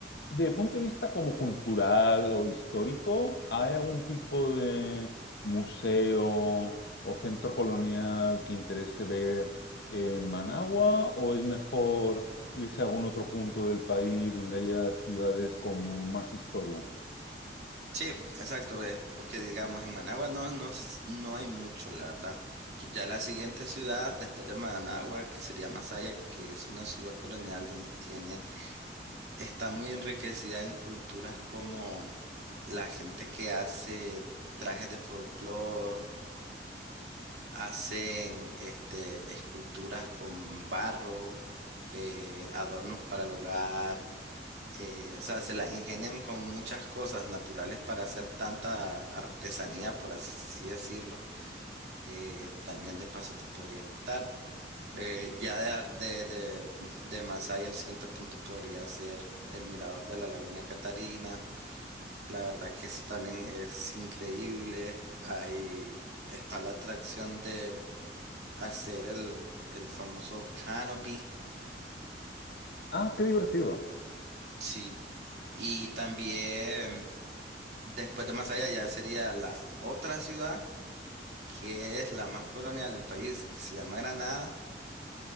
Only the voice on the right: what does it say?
Sí, exacto, eh, porque digamos en Managua no, no, s- no hay mucho, la verdad. Pues ya la siguiente ciudad después de Managua, que sería Masaya, que es una ciudad colonial donde tiene, está muy enriquecida en culturas como la gente que hace trajes de folclore, Hacen este, esculturas con barro, eh, adornos para el hogar, eh, o sea, se la ingenian con muchas cosas naturales para hacer tanta artesanía, por así decirlo, que también de paso te podría gustar. Eh, ya de, ar- de, de, de Masaya, el siguiente punto podría ser el mirador de la Laguna Catarina. La verdad que eso también es increíble. Ahí está la atracción de hacer el, el famoso canopy.
Sí. Y también después de Masaya ya sería la otra ciudad que es la más colonial del país, que se llama Granada,